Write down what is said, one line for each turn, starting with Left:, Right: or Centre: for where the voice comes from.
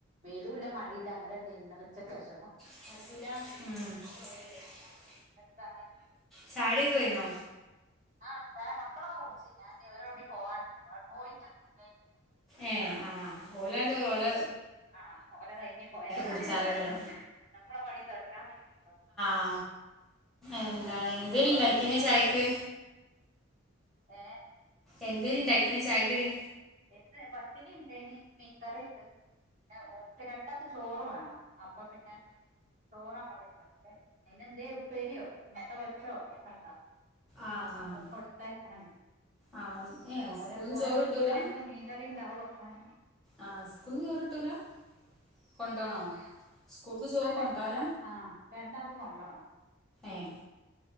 Right: വെയ്ലുല്ല മഴല്ല അങ്ങനൊരിതേന്ന് ഇന്നലെ ഉച്ചക്കേഷം
Centre: <unintelligible>
Right: പി എന്താണ് പിന്നെ
Centre: ചായുടിയൊക്കെ
Right: മക്കളും
Centre: കഴിഞ്ഞോ
Right: ആ മക്കളൊക്കെ കുടിച്ച്. ഞാൻ ഒരാളും കൂടി പോവാണ്ട്. പോയിട്ട് കുടിക്കരിക്കാണ്.
Centre: ഏ ആഹ് ഓലണ്ട് ഓല
Right: ആഹ് ഓലൊ കഴിഞ്ഞി പോയാലോളു.
Centre: കുടിച്ചാലോ അല്ലേ
Right: നമ്മളെ പണി തടങ്ങാ പറ്റുള്ളൂ.
Centre: ആ എന്തോന് ന് ഉണ്ടാക്കിയെന്ന് ചായക്ക്.
Right: ഏ
Centre: എന്തിന് ഉണ്ടാക്കിയെന്ന് ചായക്ക് കടി.
Right: എന്ത് പത്തിരി ഉണ്ട് ന് മീൻകറിണ്ട്. പിന്നെ ഒര്ക് രണ്ടൊക്ക് ചോറ് വേണം അപ്പൊ പിന്നെ. ചോറ അങ്ങോടെണ്ട് അതിനന് എന്തേ ഉപ്പേരിയോ മുട്ട വച്ചോ ഒക്കെ ഇണ്ടാവും.
Centre: ആഹ് ആഹ്
Right: കൊടുത്ത എ കാന
Centre: ആഹ് ഏഹ്
Right: അ ഒരട്ട്പോയാപിനെ.
Centre: സ്കൂൾന്ന് ചോറ് കിട്ടൂല
Right: ച്ചകക് മീകറിണ്ടാവും വക്കാന്.
Centre: ആഹ് സ്കൂൾന്ന് ചോറ് കിട്ടൂല കൊണ്ടോണോ? സ്കൂൾക്ക് ചോറ്
Right: ആ ര
Centre: കൊണ്ടോവല
Right: ആഹ രണ്ടക് കൊണ്ടോണം.
Centre: ഏഹ്